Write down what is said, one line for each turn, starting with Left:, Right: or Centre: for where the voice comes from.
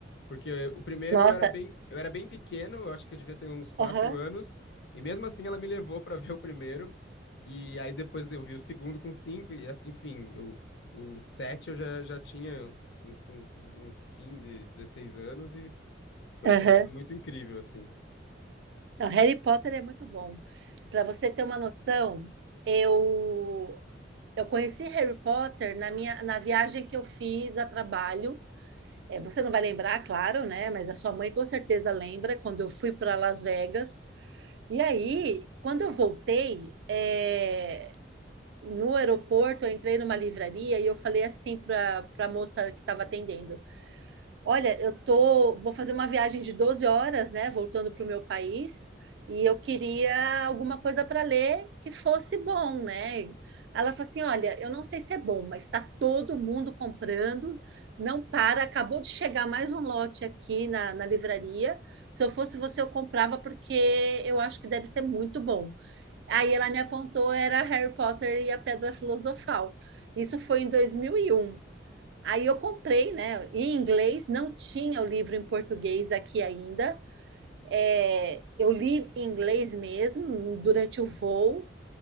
Left: Porque o primeiro
Right: nossa,
Left: eu era bem, eu era bem pequeno, eu acho que eu devia ter uns quatro
Right: aham,
Left: anos, e mesmo assim ela me levou pra <laughs> ver o primeiro. E aí depois eu vi o segundo com cinco, e enfim, eu, o sete eu já, já tinha uns, uns, de- uns 15, 16 anos e foi,
Right: aham.
Left: foi tudo muito incrível, assim.
Right: Não, Harry Potter é muito bom. Para você ter uma noção, eu eu conheci Harry Potter na minha na viagem que eu fiz a trabalho É, você não vai lembrar, claro, né? Mas a sua mãe com certeza lembra quando eu fui para Las Vegas. E aí, quando eu voltei, é, no aeroporto, eu entrei numa livraria e eu falei assim para para a moça que estava atendendo: Olha, eu tô, vou fazer uma viagem de 12 horas, né, voltando para o meu país, e eu queria alguma coisa para ler que fosse bom, né? Ela falou assim: Olha, eu não sei se é bom, mas está todo mundo comprando, não para. Acabou de chegar mais um lote aqui na, na livraria. Se eu fosse você, eu comprava, porque eu acho que deve ser muito bom. Aí ela me apontou: era Harry Potter e a Pedra Filosofal. Isso foi em 2001. Aí eu comprei, né? Em inglês, não tinha o livro em português aqui ainda. É, eu li em inglês mesmo durante o voo.